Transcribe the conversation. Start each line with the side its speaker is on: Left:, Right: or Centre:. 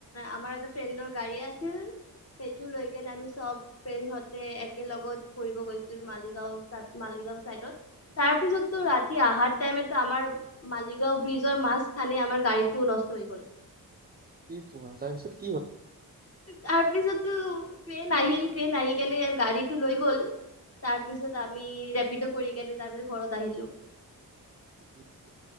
Left: আমাৰ এটা ফ্ৰেণ্ডৰ গাড়ী আছিল সেইটো লৈ কেনে আমি চব ফ্ৰেড হতে একেল লগগত ফুৰিব গৈছিলো মালিগাঁও ত মাল চাইডত তাৰপিছতো ৰাতি অহা টাইমো আমাৰ মালিগাও ব্ৰিজৰ মাছখান আমাৰ গাড়ীতো নষ্ট হৈ গলো
Right: কি কোৱা তাৰ পিছেত
Left: তাৰপিছতো ট্ৰেইন আহিল ট্ৰেইন আহি কেনে গাড়ীটো লৈ গ'ল তাৰ পিছত আমি ৰেপিড কৰি কেনে তাৰপিছত ঘৰত আহিলো
Right: উম